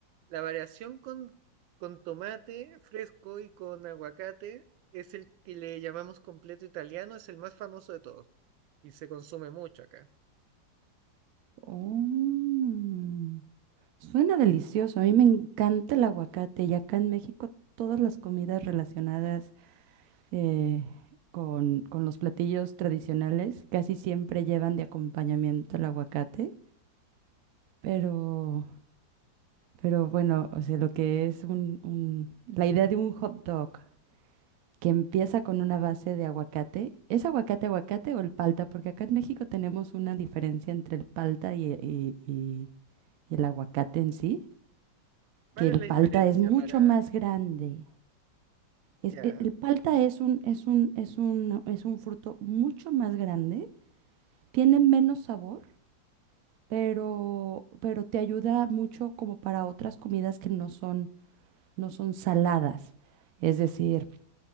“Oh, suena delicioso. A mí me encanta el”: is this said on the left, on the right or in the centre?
Right